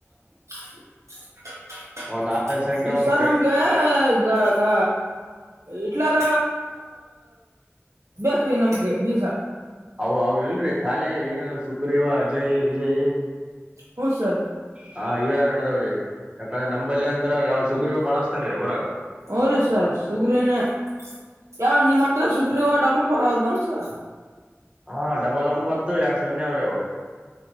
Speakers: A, on the right; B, on the right.
A: <unintelligible>
B: ಒಂದ್ ಆನ್ಲೈನ್ ಸೆಂಟರ್
A: ಈ
B: ಒಂದ್
A: ಸರ್
B: ಕೇಳ
A: ನಮ್ಗೆ ಗ ಗ ಇಲ್ಲರ..... ಬೇಕ್ರಿ ನಮ್ಗೆ ಬೀಜ
B: ಅ ಅವ್ ಇಲ್ರರಿ ಖಾಲಿ ಈಗನು ಸುಗ್ರೀವ ಅಜಯ್ ವಿಜಯ
A: ಹ್ಮ ಸರ್
B: ಹಾ ಇವೇ ನಡ್ದಾವ್ರೀ ಯಾಕಂದ್ರ ನಂಬಲ್ಲಿ ಅಂತ ಯಾವ್ ಶುಗ್ರವ ಬಾಳಸ್ತಾರ ರೀ ಊರಾಗ.
A: ಹ್ಞ ರೀ ಸರ್ ಸುಗ್ರೀನೇ <inaudible> ಯಾವ ನಿಮ್ಮ ಹತ್ರ ಸುಗ್ರೀವ ಡಬಲ್ ಫೋರ್ ಆದಾನ ಸರ್
B: ಹಾ ಡಬಲ್ ಒಂಬತ್ತು ಎರಡು ಸೊನ್ನೆ ಅವ್ರವು